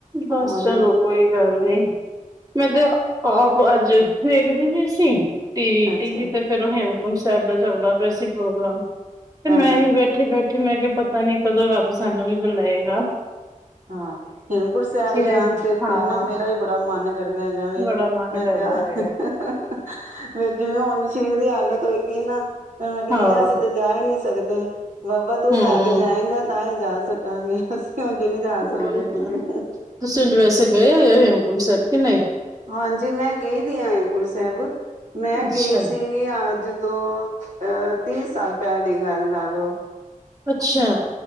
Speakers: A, on the right; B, on the right.
A: ਬਸ
B: ਹੁਣ
A: ਚਲੋ ਕੋਈ ਗੱਲ ਨੀ ਮੈਂ ਤੇ ਆਪ ਅੱਜ ਵੇਖਦੀ ਪਈ C T V
B: ਅੱਛਾ
A: T V ਤੇ ਫੇਰ ਉਹ ਹੈ ਸਾਹਿਬ ਦਾ ਚੱਲਦਾ ਪਿਆ ਸੀ ਪ੍ਰੋਗਰਾਮ ਤੇ
B: ਹਾਂਜੀ
A: ਮੈਂ ਵੀ ਬੈਠੇ ਬੈਠੇ ਮੈਂ ਕਿਹਾ ਪਤਾ ਨੀ ਕਦੋਂ ਰੱਬ ਸਾਨੂੰ ਵੀ ਬੁਲਾਏ ਗਾ
B: ਹਾਂ ਹੇਮ ਹਜੂਰ ਸਾਹਿਬ
A: ਦਾ
B: ਜਾਣ
A: ਜੀ
B: ਤੇ ਤੇ
A: ਹਾਂ,
B: ਨਾ ਮੇਰਾ ਹੀ ਬੜਾ ਮਨ ਕਰਦਾ। ਵੈ
A: ਬੜਾ ਮਨ
B: ਮੈਂ
A: ਕਰਦਾ
B: ਕਿਹਾ
A: ਹੈਗਾ।
B: ਫੇਰ ਜਿਵੇਂ ਹੁਣ ਸਰੀਰ ਦੀ ਹਾਲਤ ਹੋਈ ਪਈ ਐ ਨਾ ਮੈਂ ਕਹਿੰਨੀ
A: ਹਾਂ,
B: ਆ ਅਸੀਂ ਤੇ ਜਾ ਹੀ ਨੀ ਸਕਦੇ। ਤੇ, ਬਾਬਾ ਤੂੰ
A: ਹੂੰ।
B: ਲੈ ਕੇ ਜਾਏਂਗਾ ਤਾਂ ਹੀ ਜਾ ਸਕਾਂਗੇ ਅਸੀਂ, ਨਹੀਂ ਜਾ
A: ਉਹੀ
B: ਸਕਦੇ
A: ਨਾ
B: ਹੈਗੇ
A: ਤੁਸੀਂ ਵੈਸੇ ਗਏ ਹੋਏ ਹੇਮ ਕੁੰਟ ਸਾਹਿਬ ਕਿ ਨਹੀਂ
B: ਹਾਂਜੀ ਮੈਂ ਗਈ ਦੀ ਆ ਦਾ ਹੇਮਕੁੰਟ ਸਾਹਿਬ ਮੈਂ
A: ਅੱਛਾ,
B: ਗਈ ਸੀ ਅੱਜ ਤੋਂ ਅਹ ਤੀਹ ਸਾਲ ਪਹਿਲ ਦੀ ਗੱਲ ਲਾ ਲਓ।
A: ਅੱਛਾ,